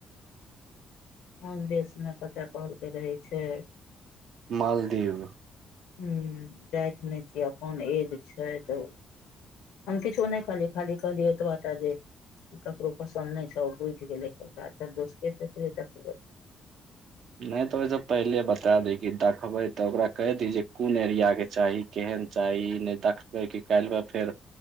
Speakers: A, on the left; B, on the right.
A: आन देशमे कतय कहकै रहै छै।
B: मालदीव
A: हूँ जाइत नै छयै अपन एग छै तऽ। अन किछो नै कहलीयै खाली कहलीए तऽ आटा जे- ककरो पसन्द नै छौ बुझि गेलै कहलकै अच्छा दोसरे तेसरे देखबै
B: नै त ओहिस पहिले बता दै के दाखबइ तऽ ओकरा कहि दहि जे ओकरा कुन एरिया के चाही केहन चाही नै त ताकबइ कि काल्बे फेर